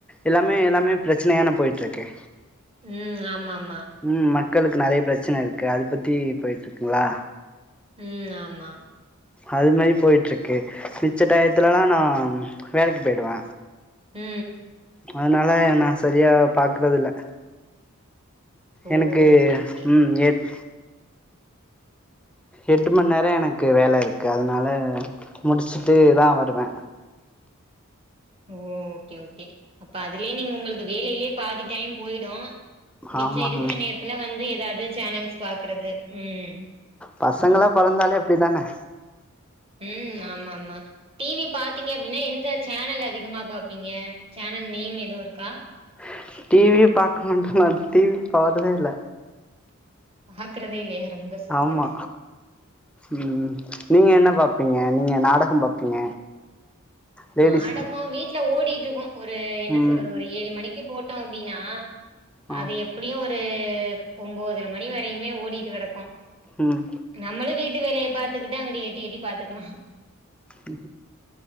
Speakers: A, in the centre; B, on the right.
A: எல்லாமே எல்லாமே பிரச்சனையான போயிட்டு இருக்கு
B: ம் ஆமா ஆமா
A: உம் ம மக்களுக்கு நறைய பிரச்சன இருக்கு அ அத பத்தி போயிட்டு இருக்குங்களா
B: ம் ஆமா
A: அது மாரி போயிட்டு இருக்கு மிச்ச டயத்துலல்லா நா வேலைக்கு போயிடுவ
B: ம்
A: அதனால நா சரியா பாக்குறது இல்ல
B: ஓ
A: எனக்கு
B: ஓகே ஓகே
A: உம் எட் எட்டு மணி நேரோ எனக்கு வேல இருக்கு அதனால முடிச்சுட்டுதா வருவே
B: ஓ ஓகே ஓகே அப்ப அதுலயே நீங்க உங்களுக்கு வேலையிலயே பாதி டைம் போயிடு மிச்ச
A: ஆமாங்க
B: இருக்கிற நேரத்துல வந்து ஏதாவது சேனல்ஸ் பாக்குறது உம்
A: பசங்களா பலந்தாலே அப்டித்தான
B: ம் ஆமா ஆமா டிவி பாத்தீங்க அப்டின்னா எந்த சேனல் அதிகமா பாப்பீங்க சேனல் நேம் எதுவு இருக்கா
A: டி வி டி வி பாக்கமாட்டே மாம் டி வி போறதே இல்ல
B: ஹக்கறதே இல்லையா ரொம்ப சூப்பர்
A: ஆமா உம் நீங்க என்ன பா பாப்பீங்க நீங்க நாடக பாப்பீங்க லேடிஸ்
B: நாடக வீட்டு ட்ல ஓடிற்றுக்கு ஒரு என்ன
A: ம்
B: சொல்றது ஒரு ஏழு மணிக் க்கு போட்டோ அப்டின்னா
A: ஆ
B: அது எப்டியோ ஒரு ஒரு ஒம்போதரை மணி வரையுமே ஓடிட்டு கெடக்கு
A: ம்
B: நம்ள வீட்டு வேலைய பாத்துக்கட்டு அங்க்ட எட்டி எட்டி பாத்துக்கலா
A: உ